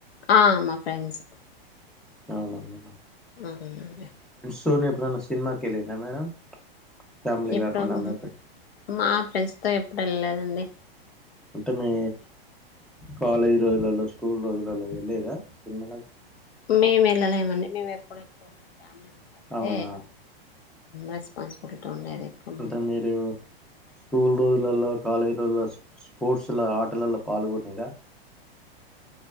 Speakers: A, on the left; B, in the centre.
A: ఆ మ ఫ్రెండ్స్
B: అవున మేడం
A: అనే
B: సోనిప్పు సినిమాకు వెళ్ళిండ్ర మేడం ఫ్యామిలీ
A: ఎప్పుడు
B: కాకుండా ఎక్కడ
A: మా ఫ్రెండ్స్ తో ఎప్పుడు వెళ్లేదండి
B: అంటే మీ కాలేజీ రోజులలో స్కూల్ రోజులలో వెళ్లేదా సినిమలకు
A: మేము వెళ్ళలేమండి మేము ఎప్పుడ ఎక్కువ చలు పతే
B: అవునా
A: రెస్పాన్సిబిలిటీ ఉండేది ఎక్కువ
B: అంటే
A: మాకు
B: మీరు స్కూల్ రోజులలో కాలేజ్ రోజుల్లో స్పోర్ట్స్ల ఆటలలో పాల్గొనేద